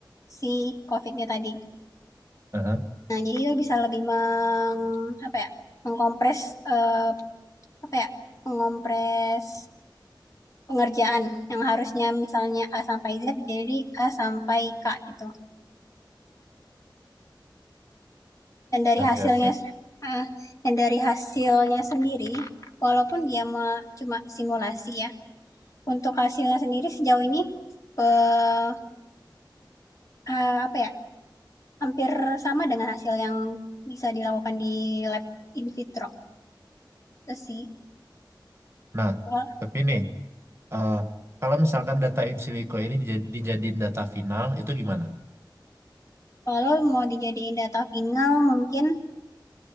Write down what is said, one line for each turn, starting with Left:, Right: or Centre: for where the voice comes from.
Left: si COVID-nya tadi.
Right: Aha,
Left: Nah, jadi itu bisa lebih meng apa ya? mengkompres eh apa ya? mengompres pengerjaan yang harusnya misalnya A sampai Z jadi A sampai K gitu. dan dari
Right: Oke
Left: hasilnya
Right: oke.
Left: eh, dan dari hasilnya sendiri walaupun dia me- cuma simulasi ya untuk hasilnya sendiri sejauh ini eh, eh, apa ya hampir sama dengan hasil yang bisa dilakukan di lab in vitro itu sih
Right: Nah,
Left: Wal-
Right: tapi nih eh, kalau misalkan data in silico ini dijad- dijadiin data final itu gimana?
Left: kalau mau dijadiin data final mungkin